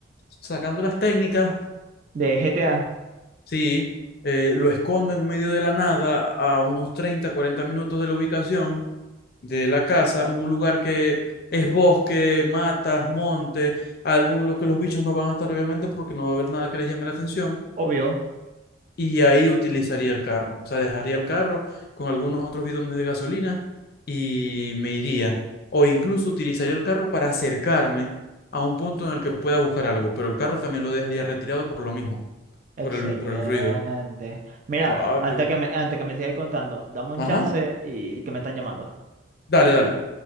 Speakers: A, on the left; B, on the right.
A: sacando las técnicas,
B: de GTA,
A: sí, eh, lo escondo en medio de la nada a unos 30, 40 minutos de la ubicación de la casa, un lugar que es bosque, matas, monte, algo en lo que los bichos no van a estar obviamente porque no va a haber nada que les llame la atención
B: obvio.
A: y ahí utilizaría el carro. O sea, dejaría el carro con algunos otros bidones de gasolina y me iría. O incluso utilizaría el carro para acercarme a un punto en el que pueda buscar algo, pero el carro también lo dejaría retirado por lo mismo,
B: Excelente.
A: por el, por el ruido.
B: Mira,
A: Papi.
B: antes que me, antes que me sigas contando, dame un
A: Ajá.
B: chance y que me están llamando.
A: Dale, dale.